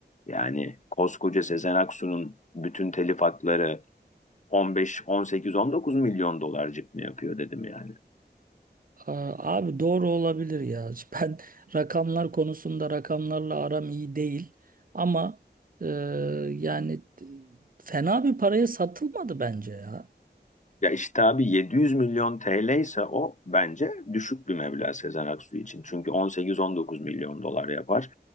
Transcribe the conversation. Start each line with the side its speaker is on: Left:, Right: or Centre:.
Left: yani koskoca Sezen Aksu'nun bütün telif hakları 15, 18, 19 milyon dolarcık mı yapıyor dedim yani.
Right: Aa, abi doğru olabilir ya. Ben <laughs> rakamlar konusunda rakamlarla aram iyi değil. Ama e, yani fena bir paraya satılmadı bence ya.
Left: Ya işte abi 700 milyon TL ise o bence düşük bir meblağ Sezen Aksu için. Çünkü 18-19 milyon dolar yapar.